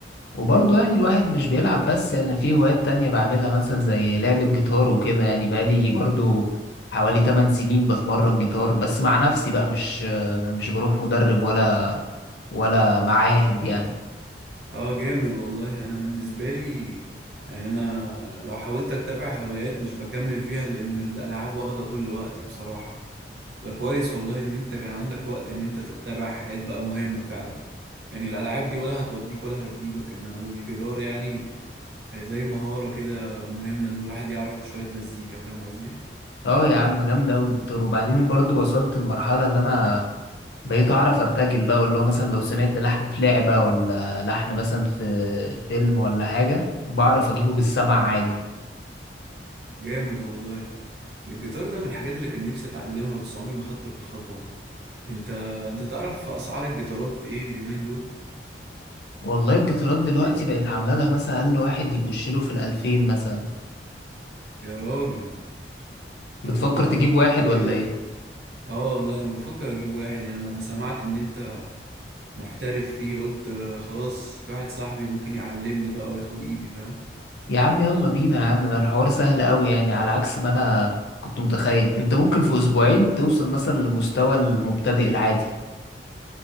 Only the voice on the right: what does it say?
اه جامد والله انا بالنسبة لي يعني انا لو حاولت اتبع هوايات مش بكمل فيها لان الالعاب واخدة كل وقتي بصراحة ده كويس والله ان انت كان عندك وقت ان انت تتبع حاجات بقى مهمة فعلا يعني الالعاب دي ولا هتوديك ولا هتجيبك انما الجيتار يعني آه، زي مهارة كده مهمة ان الواحد يعرف شوية مزيكا فاهم قصدي
جامد والله الجيتار ده من الحاجات اللي كان نفسي اتعلمها بس عمري ما خدت الخطوة انت انت تعرف اسعار الجيتارات ايه اليومين دول
يا راجل
طب والله
انا بفكر
كده
اه والله انا بفكر اجيب واحد يعني انا لما سمعت ان انت محترف فيه قلت آه، خلاص في واحد صاحبي ممكن يعلمني بقى وياخد ايدي فاهم